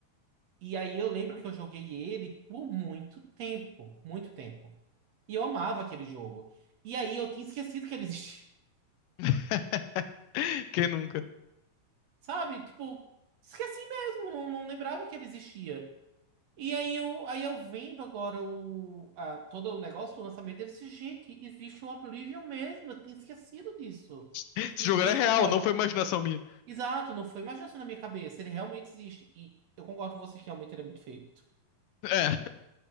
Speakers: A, on the right; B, on the left.
A: E aí eu lembro que eu joguei ele por muito tempo, muito tempo. E eu amava aquele jogo. E aí eu tinha esquecido que ele existia,
B: <laughs> Quem nunca?
A: <laughs> sabe? Tipo, esqueci mesmo, não, não lembrava que ele existia. E aí eu, aí eu vendo agora o, a- todo o negócio do lançamento deles, gente, existe o Oblivion mesmo, eu tinha esquecido disso.
B: Esse
A: E,
B: jogo era
A: e
B: real,
A: concordo.
B: não foi imaginação minha.
A: Exato, não foi imaginação na minha cabeça, ele realmente existe. E eu concordo com vocês que realmente ele é muito feio.
B: É.